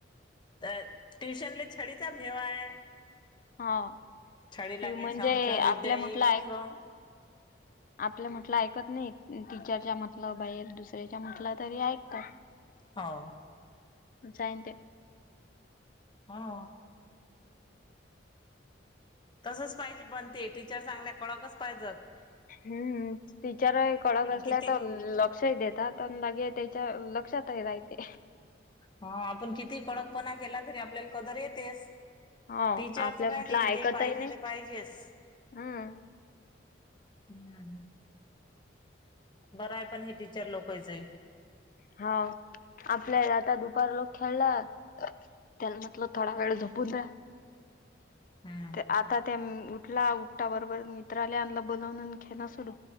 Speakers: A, on the left; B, on the left.
A: तर ट्युशनले छडीचा भेवा आहे
B: हा
A: छडी लागे
B: ते म्हणजे
A: छमछम विद्या
B: आपल्या म्हटलं
A: येई घमघम
B: हाय आपलं म्हटलं ऐकत नाहीत अन टीचरच्या म्हटलं बाहेर दुसऱ्याच्या म्हटलं तरी ऐकतात
A: हो
B: जाईन ते
A: हा तसच पाहिजे पण ते टीचर सांगल्या कडकच पाहिजंत
B: हू टीचर कडक असल्या
A: किती
B: तर लक्षही देतात लगे त्याच्या लक्षात ही रायते
A: हा आपण कितीही कडकपणा केला तरी आपल्याला कदर येतेच
B: हो
A: टीचरच
B: आपल्या
A: काय
B: म्हटलं
A: नाही
B: ऐकतही
A: जे पाहिजे
B: नाही.
A: ते पाहिजेच
B: हम्म
A: हू बरं आहे पण हे टीचर लोकवायचंय
B: हा आपल्या आता दुपार लागू खेळला त्याला म्हटलं थोडा वेळ झोपून दे
A: हम्म
B: ते आता ते उठला उठटा बरोबर मित्राले आणला बोलवून आणि खेळायला सुरू